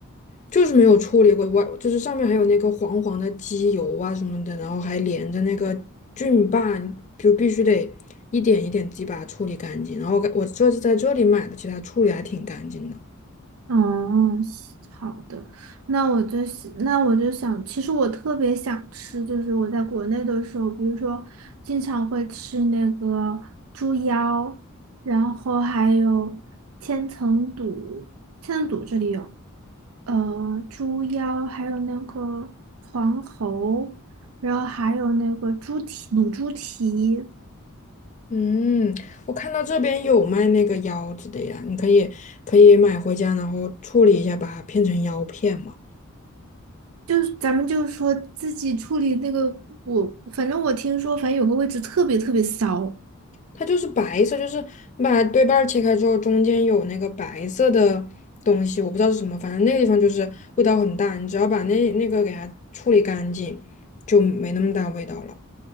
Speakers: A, on the left (about 35°); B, on the right (about 70°).
A: 就是没有处理过，外就是上面还有那个黄黄的鸡油啊什么的，然后还连着那个菌霸，你就必须得一点一点自己把它处理干净。然后我感我这次在这里买的，其实它处理还挺干净的。
B: <laughs> 哦，西好的，那我就想那我就想，其实我特别想吃，就是我在国内的时候，比如说经常会吃那个猪腰，然后还有千层肚，千层肚这里有。呃，猪腰，还有那个黄喉，然后还有那个猪蹄、卤猪蹄，
A: 嗯，我看到这边有卖那个腰子的呀，你可以可以买回家，然后处理一下，把它片成腰片嘛。
B: 就是咱们就是说自己处理那个，我反正我听说，反正有个位置特别特别骚。
A: 它就是白色，就是你把对半儿切开之后，中间有那个白色的东西，我不知道是什么，反正那个地方就是味道很大。你只要把那那个给它处理干净，就没那么大味道了。